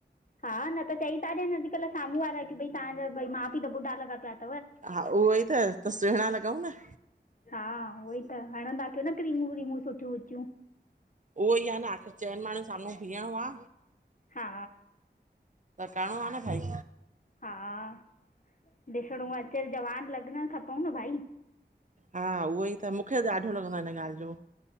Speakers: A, on the left; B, on the right.
A: हा न त चई था ॾियनि अॼुकल्ह साम्हूं वारा की भई तव्हांजा बई माउ-पिउ त ॿुॾा लॻा पिया आहिनि।
B: हा उहोई त, त सुहिणा लॻऊं न।
A: हा उहो ई त हाणंदा कयो न क्रीमूं व्रीमूं सुठियूं उचियूं।
B: उहो ई आ न आख़िर चइनि माण्हुनि साम्हूं बीहणो आ।
A: हा।
B: त करणो आ न भाई।
A: हा, ॾिसणु अच जवान लॻणु खपऊ न भई।
B: हा उहो ई त मूंखे ॾाढो लॻंदो आ हिन ॻाल्हि जो।